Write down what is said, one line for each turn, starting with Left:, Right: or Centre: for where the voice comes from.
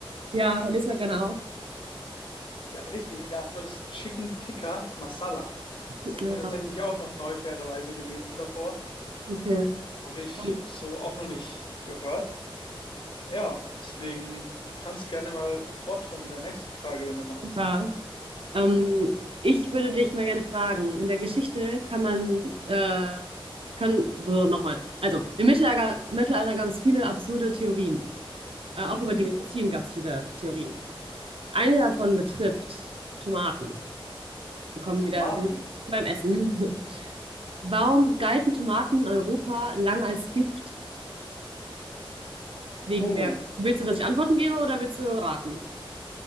Right: Ja, lese mal gerne auf.
Left: Ja, richtig, die Antwort ist Chicken Tikka Masala. Das
Right: ja,
Left: ist mir tatsächlich auch noch neu, fairerweise gewesen davor.
Right: okay.
Left: Habe
Right: Spannend.
Left: ich so auch noch nicht gehört. Ja, deswegen, du kannst gerne mal fortfahren mit der nächsten Frage, wenn du magst.
Right: Ja. Ähm, ich würde dich mal gerne fragen, in der Geschichte kann man, äh, kann, brr, nochmal, also im Mittelalter, Mittelalter gab es viele absurde Theorien. Äh, auch
Left: Mhm.
Right: über die Medizin gab es viele Theorien. Eine davon betrifft Tomaten. Wir kommen
Left: Tomaten.
Right: wieder beim Essen. <laughs> Warum galten Tomaten in Europa lange als giftig? Wegen
Left: Uh,
Right: der. Willst du, dass ich Antworten gebe oder willst du raten?